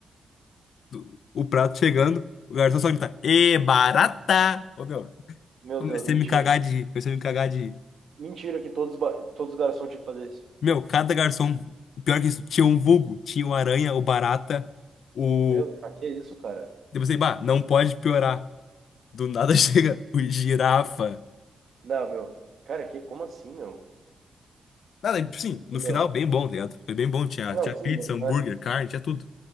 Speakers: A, on the left; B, on the right.
A: do- o prato chegando, o garçom só grita, Ê, barata! Ô, meu,
B: Meu
A: comecei
B: Deus, mentira.
A: a me cagar de rir, comecei a me cagar de rir.
B: Mentira que todos, os ba- todos os garçons tinham que fazer isso.
A: Meu, cada garçom, pior que isso, tinha um vulgo, tinha o aranha, o barata, o.
B: Meu, ah, que isso, cara?
A: Eu pensei, bah, não pode piorar. Do nada <laughs> chega o girafa.
B: Não, meu. Cara, que, como assim, meu?
A: Nada, tipo assim, no
B: Meu.
A: final, bem bom, tá ligado? Foi bem bom, tinha,
B: Ah, Não,
A: tinha
B: sim,
A: pizza, hambúrguer,
B: mas,
A: carne, tinha tudo.